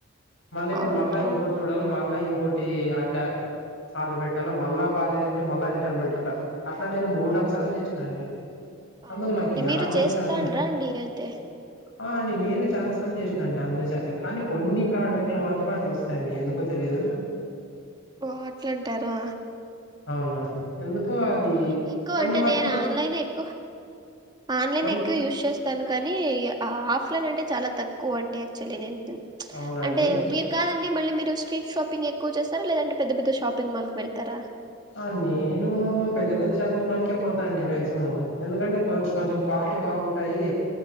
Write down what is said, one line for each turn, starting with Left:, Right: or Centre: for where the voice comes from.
Left: మళ్ళీ ఇప్పుడు
Right: అవును
Left: మళ్ళ ఇంకోటి
Right: అవును
Left: చూడాలా మళ్ళా ఇం కోటి అట్లా ఆర్డర్ పెట్టాల మళ్ళా బాలేదంటే మళ్ళా రిటర్న్ పెట్టల అట్లా నేను మూడు
Right: ఆ
Left: నాలుగు సార్లు చేసినా అండి అందుకు
Right: అవునండి
Left: నాకీ
Right: మీరు
Left: ఆన్లైన్
Right: చేస్తాండ్రా
Left: షాపింగ్
Right: అండి అయితే
Left: ఆ అండి నేను చాలా సార్లు చేసినాండి ఆన్లైన్ షాపింగ్ కానీ కొన్ని ప్రోడక్ట్లు మాత్రమే అట్లా వస్తాయండి ఎందుకో తెలీదు
Right: ఓ అట్లాంటారా
Left: అవునా అండి ఎందుకో అది
Right: ఏమి ఎక్కువ
Left: కొన్ని
Right: అంటే
Left: మాత్రం
Right: నేను
Left: మ
Right: ఆన్లైన్ ఎక్కువ ఆన్లైన్
Left: కొన్
Right: ఎక్కువ యూస్ చేస్తాను కానీ ఆ ఆఫ్లైన్ అంటే చాలా తక్కువ అండి యాక్చువల్లీ నేను తున్
Left: అవునా అండి
Right: అంటే మీరు కాదం డి మళ్ళీ మీరు స్ట్రీట్ షాపింగ్ ఎక్కువ చేస్తారా లేదంటే పెద్ద పెద్ద షాపింగ్ మాల్కివెళ్తారా
Left: ఆ నేను పెద్ద పెద్ద షాపింగ్ మాల్కే పోతాండి మాక్సిమం ఎందుకంటే కొంచ్ కొంచెం క్వా ల్టీ బాగుంటాయి